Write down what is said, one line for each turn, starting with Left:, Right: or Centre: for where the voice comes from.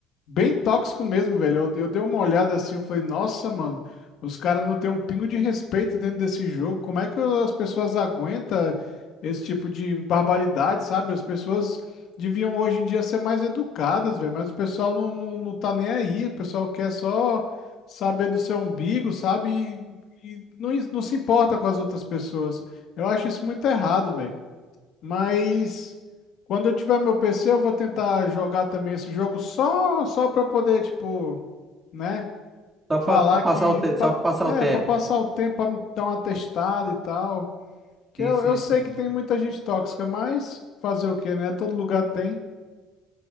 Left: Bem tóxico mesmo, velho. Eu, eu dei uma olhada assim, eu falei, nossa, mano, os caras não têm um pingo de respeito dentro desse jogo. Como é que as pessoas aguentam esse tipo de barbaridade, sabe? As pessoas deviam hoje em dia ser mais educadas, velho, mas o pessoal não, não, não tá nem aí. O pessoal quer só saber do seu umbigo, sabe? E, e não, is- não se importa com as outras pessoas. Eu acho isso muito errado, velho. Mas quando eu tiver meu PC, eu vou tentar jogar também esse jogo só só para poder, tipo, né,
Right: Só para
Left: falar
Right: passar
Left: que
Right: o tempo,
Left: pa-
Right: só para passar
Left: é
Right: o tempo.
Left: para passar o tempo, para me dar uma testada e tal. Que
Right: Sim,
Left: eu,
Right: sim,
Left: eu
Right: sim.
Left: sei que tem muita gente tóxica, mas fazer o quê, né? Todo lugar tem.